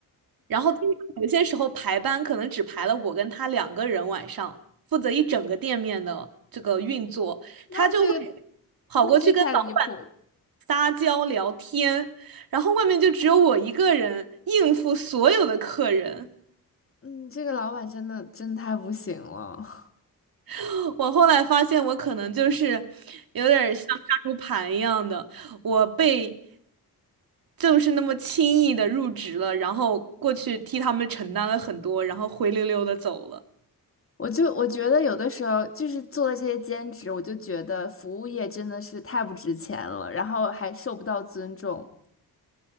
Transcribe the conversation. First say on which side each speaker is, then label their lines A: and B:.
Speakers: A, on the right (about 65°); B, on the left (about 35°).
A: 然后经常有些时候排班可能只排了我跟他两个人晚上，负责一整个店面的这个运作，
B: 那这个，
A: 他就会跑过去跟老板
B: 那这太离谱了。
A: 撒娇聊天，然后外面就只有我一个人应付所有的客人。
B: 嗯，这个老板真的真太不行了。<laughs>
A: <laughs> 我后来发现，我可能就是有点儿像杀猪盘一样的，我被就是那么轻易的入职了，然后过去替他们承担了很多，然后灰溜溜的走了。
B: 我就我觉得有的时候就是做了这些兼职，我就觉得服务业真的是太不值钱了，然后还受不到尊重，